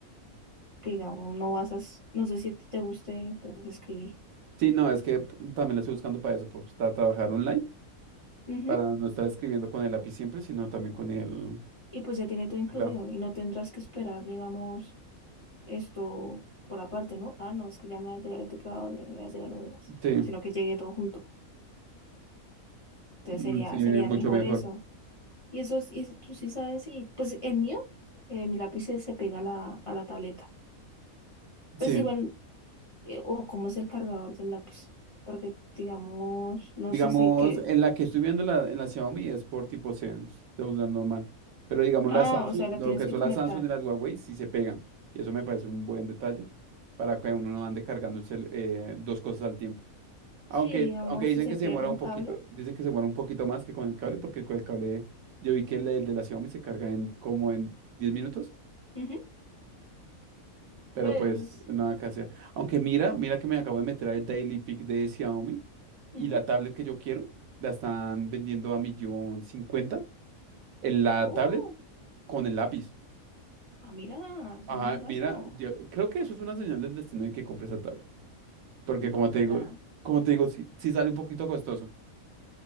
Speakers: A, on the left; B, on the right.
A: digamos, no vas a, s- no sé si a ti te guste, pues, escribir.
B: Sí, no, es que p- también la estoy buscando para eso, pues, para trabajar online,
A: Ujú.
B: para no estar escribiendo con el lápiz siempre, sino también con el
A: Y pues ya tiene todo incluido
B: teclado.
A: y no tendrás que esperar, digamos, esto por aparte, ¿no? Ah, no, es que ya me va a llegar el teclado, ya me va a llegar lo demás,
B: Sí,
A: sino que llegue todo junto. Entonces
B: mm,
A: sería,
B: sí,
A: sería
B: mucho
A: mejor
B: mejor.
A: eso. Y eso es, y tú sí sabes, y pues el mío, eh, mi lápiz se se pega a la, a la tableta. Pues
B: Sí,
A: igual, eh, o cómo es el cargador del lápiz, porque digamos, no
B: Digamos,
A: sé si que,
B: en la que estoy viendo la, en la Xiaomi es por tipo C, estoy hablando mal. Pero digamos,
A: ah,
B: las Samsung,
A: o sea, la
B: lo
A: tienes
B: que
A: que
B: son
A: conectar.
B: las Samsung y las Huawei sí se pegan. Y eso me parece un buen detalle para que uno no ande cargando el cel- eh, dos cosas al tiempo.
A: Sí,
B: Aunque,
A: digamos,
B: aunque dicen
A: si se
B: que
A: pierde
B: se demora
A: un
B: un
A: cable,
B: poquito, dicen que se demora un poquito más que con el cable, porque con el cable yo vi que el, el de la Xiaomi se carga en como en diez minutos
A: ujú,
B: pero
A: pues,
B: pues nada que hacer. Aunque mira, mira que me acabo de meter al Daily Pick de Xiaomi
A: ujú.
B: y la tablet que yo quiero la están vendiendo a millón cincuenta. en La
A: Oh,
B: tablet con el lápiz.
A: ah, mira, es
B: Ajá,
A: un gangazo.
B: mira, yo creo que eso es una señal del destino de que compres esa tablet. Porque
A: Y
B: como
A: cómprala.
B: te digo, como te digo, sí, sí sale un poquito costoso.